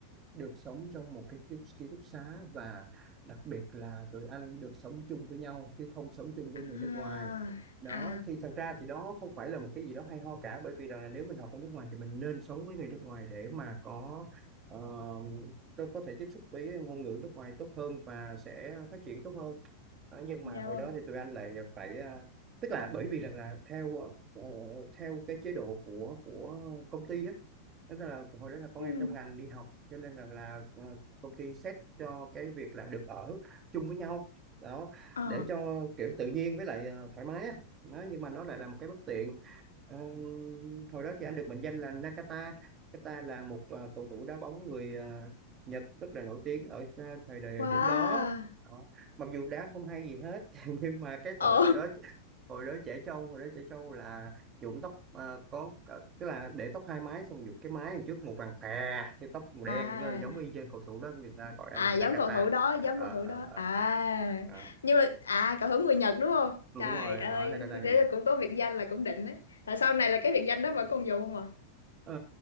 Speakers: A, on the right (about 25°); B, on the left (about 70°).
A: được sống trong một cái ký, ký túc xá và đặc biệt là tụi anh được sống chung với nhau chứ không sống chung với
B: à
A: người nước ngoài. Đó
B: à
A: thì thật ra thì đó không phải là một cái gì đó hay ho cả bởi vì rằng là nếu mình học ở nước ngoài thì mình nên sống với người nước ngoài để mà có ờ, tôi có thể tiếp xúc với ngôn ngữ nước ngoài tốt hơn và sẽ phát triển tốt hơn đó, nhưng
B: dạ
A: mà hồi
B: vâng
A: đó thì tụi anh lại phải à, tức là bởi vì rằng là theo ờ, ờ, theo cái chế độ của của công ty á tức là hồi đó là con
B: ừ
A: em trong ngành đi học cho nên rằng là ờ, công ty xét cho cái việc là được ở chung với nhau đó
B: ờ
A: để cho kiểu tự nhiên với lại ờ, thoải mái á đó, nhưng mà nó lại là một cái bất tiện Ờ, hồi đó thì anh được mệnh danh là Nakata. Nakata là một ờ, cầu thủ đá bóng người ờ, Nhật rất là nổi tiếng ở ờ, thời đại
B: wow
A: điểm đó. Đó. Mặc dù đá không hay gì hết <laughs> nhưng mà cái tội
B: ờ
A: hồi đó hồi đó trẻ trâu hồi đó trẻ trâu là nhuộm tóc ờ, có có- tức là để tóc hai mái xong nhuộm cái mái đằng trước màu vàng khè cái tóc
B: <laughs>
A: màu đen
B: à
A: ờ, giống y chang cầu thủ đó người ta gọi
B: à
A: anh là
B: giống
A: Nakata
B: cầu thủ đó
A: Ờ,
B: giống
A: ờ,
B: cầu thủ
A: ờ,
B: đó
A: ờ.
B: à
A: Ờ,
B: nhưng mà à cầu thủ người Nhật đúng không
A: đúng
B: trời
A: rồi
B: ơi
A: đó Nakata người
B: thế
A: Nhật
B: là cũng có biệt danh là cũng đỉnh đấy là sau này là cái biệt danh đó vẫn còn dùng không à
A: Ờ,